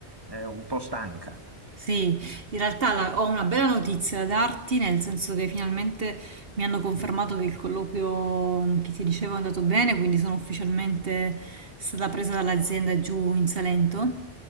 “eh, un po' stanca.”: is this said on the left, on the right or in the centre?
Right